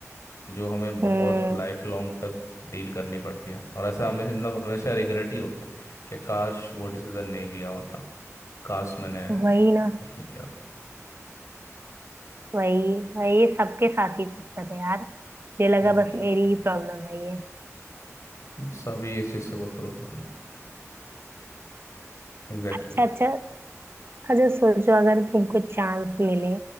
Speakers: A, on the left; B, on the right.
A: जो हमें बहुत
B: हम्म
A: लाइफ लॉन्ग तक डील करनी पड़ती है और ऐसा हमें मतलब हमेशा रिग्रेट ही होता है कि काश वो डिसीजन नहीं लिया होता काश मैंने
B: वही ना
A: उसने किया था
B: वही वही सबके साथ ही दिक्कत है यार मुझे लगा
A: एग्जैक्टली
B: बस मेरी ही प्रॉब्लम है ये
A: सभी इस चीज़ से वो तो लोग हैं। एग्जैक्टली
B: अच्छा अच्छा अच्छा सोचो अगर तुमको चांस मिले